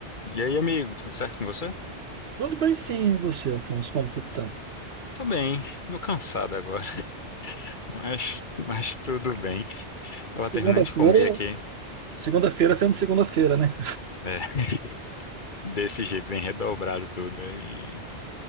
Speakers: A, on the left (about 45°); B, on the right (about 65°).
A: E aí, amigo, tudo certo com você?
B: Tudo bem sim, e você, Afonso, como que tá?
A: Tô bem, meio cansado agora, <laughs> mas, mas tudo bem. Tava
B: Segunda-feira,
A: terminando de comer aqui,
B: segunda-feira sendo segunda-feira, né?
A: é, <laughs> desse jeito, bem redobrado tudo. E